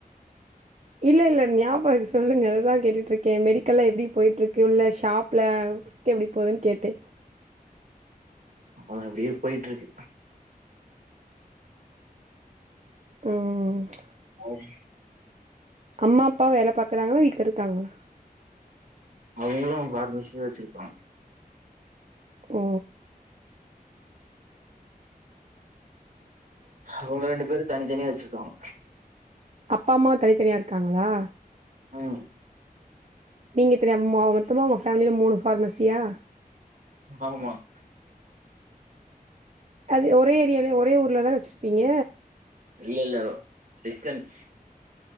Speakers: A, on the right; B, on the right.
A: இல்ல இல்ல ஞாபக இருக்கு சொல்லுங்க அததா கேட்டுருக்கே மெடிக்கல்ல எப்டி போயிட்ருக் க்கு உள்ள ஷாப்ல ஒர்க் எப்டி போதுன்னு கேட்டே
B: அது அப்டியே போயிட்ருக்கு
A: ம் ம் ம்
B: அம்
A: அம்மா அப்பா வேல பாக்குறாங்களா வீட்ல இருக்காங்களா
B: அவுங்களு பார்மசிதா வச்சுருக்காங்க
A: ஓ
B: அவுங்க ரெண்டு பேரு தனித்தனியா வச்சுருக்காங்க
A: அப்பா அம்மா தனித்தனியா இருக்காங்களா
B: ஐ அம்
A: நீங்க தெரியமா மொ மொத்தமா உங்க ஃபேமிலில மூணு ஃபார்மசியா
B: ஆமாங்
A: அது ஒரே ஏரியாலயே ஒரே ஊர்ல தா வச்சுருப்பீங்க
B: இல்ல இல்ல நா டிஸ்கன்ஸ்